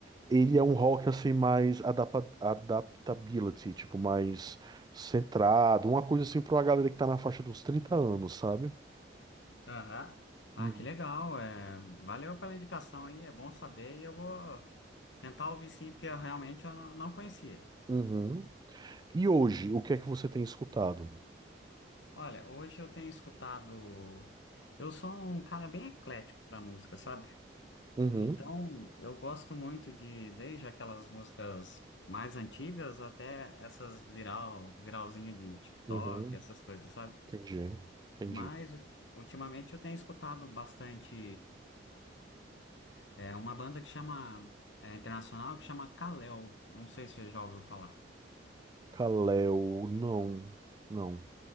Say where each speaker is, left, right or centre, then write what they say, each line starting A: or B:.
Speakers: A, on the right; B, on the left.
A: Ele é um rock assim mais adapa- adaptability, tipo, mais centrado, uma coisa assim para uma galera que tá na faixa dos 30 anos, sabe?
B: aham. Ah,
A: Uhum.
B: que legal, é, valeu pela indicação aí, é bom saber e eu vou tentar ouvir sim, porque eu realmente eu não, não conhecia.
A: Uhum. E hoje, o que é que você tem escutado?
B: Olha, hoje eu tenho escutado, eu sou um cara bem eclético para música, sabe?
A: Uhum,
B: Então, eu gosto muito de, desde aquelas músicas mais antigas até essas viral, viralzinha de TikTok,
A: uhum,
B: essas coisas, sabe?
A: entendi, entendi.
B: Mas u- ultimamente eu tenho escutado bastante, é, uma banda que chama, é, internacional que chama Kalel. Não sei se você já ouviu falar.
A: Kaleo, não, não.